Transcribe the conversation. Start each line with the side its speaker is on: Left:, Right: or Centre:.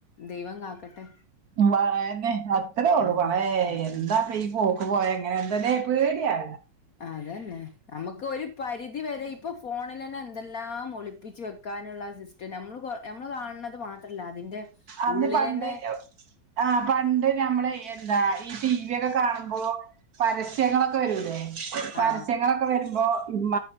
Left: ദൈവം കാക്കട്ടെ
Right: വനെ അത്രേ ഉള്ളു
Left: അതെ
Right: വഴ
Left: അതെ
Right: എന്താ പെയയ് പോ പോയ എങ്ങനെ എന്തന പേടിയോ
Left: അതന്നെ നമുക്ക് ഒരു പരിധി വരെ ഇപ്പൊ ഫോണിൽന്നെ എന്തെല്ലാം ഒളിപ്പിച്ച് വെക്കാ ക്കാനുള്ള സിസ്റ്റം നമ്മള് നമ്മള് കാണുന്നത് മാത്രല്ല അതിന്റെ
Right: അത്
Left: ഉള്ളിലന്നെ
Right: പണ്ട് ആഹ പണ്ട് നമ്മള എന്താ ഈ ടി വി ഒക്കെ കാണുമ്പോ പരസ്യങ്ങളൊക്കെ വരൂലേ പരസ്യങ്ങളൊക്കെ
Left: ആ
Right: വരും. അപ്പ